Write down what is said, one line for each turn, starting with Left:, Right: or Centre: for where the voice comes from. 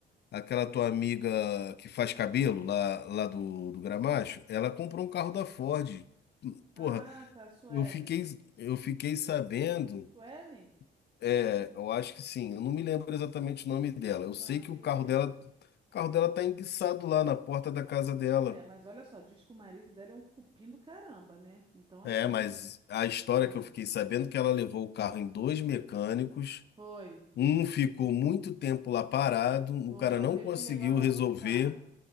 Left: aquela tua amiga que faz cabelo lá, lá do, do Gramacho? Ela comprou um carro da Ford.
Right: Ah,
Left: Porra,
Right: tá, Suelen.
Left: eu fiquei, eu fiquei sabendo,
Right: Suelen?
Left: é, eu acho que sim, eu não me lembro exatamente o nome dela. Eu
Right: Ah,
Left: sei
Right: o
Left: que
Right: que
Left: o carro
Right: que tem?
Left: dela, o carro dela tá enguiçado lá na porta da casa dela.
Right: É, mas olha só, diz que o marido dela é um cupim do caramba, né? Então assim,
Left: É, mas a história
Right: <laughs> ah,
Left: que eu fiquei sabendo é que ela levou o carro em dois mecânicos,
Right: foi,
Left: um ficou muito tempo lá parado, o
Right: foi,
Left: cara
Right: ela
Left: não
Right: teve
Left: conseguiu
Right: que levar na autorizada.
Left: resolver,